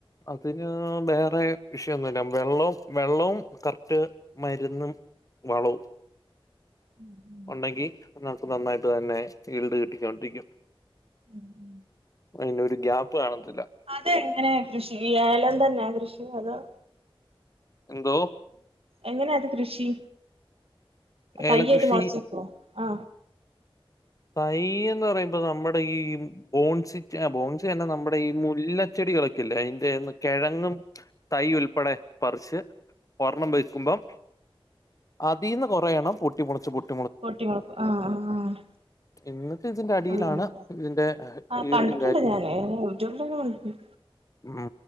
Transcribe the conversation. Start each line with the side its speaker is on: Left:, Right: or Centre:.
Left: അത്- പി വേറെ വിഷയൊന്നുല്ല വെള്ളവും വെള്ളവും കറക്റ്റ് മരുന്നും- വളവും -
Right: മ്
Left: ഉണ്ടെങ്കി നിങ്ങൾക്ക് നന്നായിട്ട് തന്നെ ഫീൽഡ് കിട്ടിക്കൊണ്ടിരിക്കും.
Right: ഉം
Left: അയ്നൊര് ഗ്യാപ്പ് കാണ-
Right: അതെങ്ങനെ കൃഷിചെയ്യാ ഏലം തന്നെ കൃഷി അതൊ
Left: എന്തോ?
Right: എങ്ങനാത് കൃഷി
Left: ഏലകൃഷി
Right: തയ്യായ്റ്റ് മൊളച്ച്ക്കോ ആ?
Left: തൈന്ന് പറയുമ്പോ നമ്മടെ ഈ ബോൺസിന്റെ ബോൺസ് തന്നെ നമ്മടെ ഈ മുല്ലച്ചെടി- ടികളൊക്കെഇല്ലേ അയ്ന്റെന്ന് കിഴങ്ങും തൈ ഉൾപ്പെടെ പറിച്ച്- ഒർണ്ണം വക്കുംമ്പം അതിന്ന് കൊറേയെണ പൊട്ടി മൊളച്ച് പൊട്ടി മൊളച്ച്
Right: പൊട്ടി മൊളക്കും ആഹ് ആഹ് ആഹ-
Left: എന്നിട്ട് ഇതിന്റെ അടിയിലാണ്
Right: അങ്ങനെതെ
Left: ഇതിന്റെ
Right: ആ
Left: ഈൽഡും
Right: കണ്ടിട്ടുണ്ട് ഞാന് യൂട്യൂബിലൊക്കെ കണ്ടി-
Left: മ്